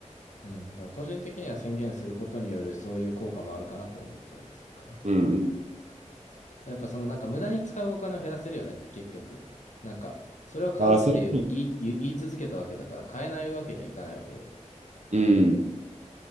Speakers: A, on the left (about 75°); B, on the right (about 65°).
A: うん。だから個人的には宣言することによるそういう効果もあるかなと思ったりはするかな。
B: うんうん。
A: やっぱそのなんか無駄に使うお金を減らせるよね、結局。なんか、それを買うって言い、
B: ああ、それ。
A: 言い、言い続けたわけだから買えないわけにはいかないわけで。
B: うん。